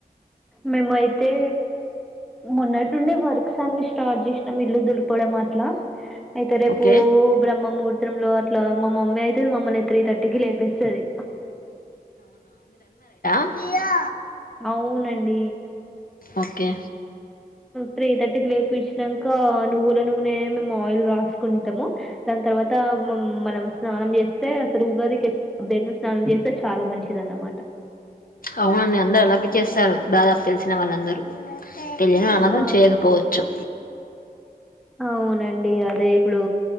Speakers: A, in the centre; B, on the left.
A: మేమయితే మొన్నటి నుండే వర్క్స్ అన్ని స్టార్ట్ చేసినం ఇల్లు దులపడం అట్ల అయితే రేపు
B: ఓకే
A: బ్రహ్మముర్ త్రం లో అట్లా మ మమ్మీ అయితే మమ్మల్ని త్రీ థర్టీకిి లేపెస్తది
B: యా
A: అవునండి
B: ఓకే
A: త్రీ థర్టీకి లేపి ఇచ్చినంక నువ్వుల నూనె మేము ఆయిల్ రాసుకుంటాము దాని తర్వాత మ మనం స్నానం చేస్తే అసలు ఉగాదికి బ్యంగాస్నానం చేస్తే చాలా మంచి ఇదన్న మాట
B: అవునండి అందరు అలాగే చేస్తారు దాదాపు తెలిసిన వాళ్ళందరూ తెలియని వాళ్లమాత్రం
A: ఆ
B: చేయకపోవచ్చు
A: అవునండి అదే ఇప్ ఇప్పుడు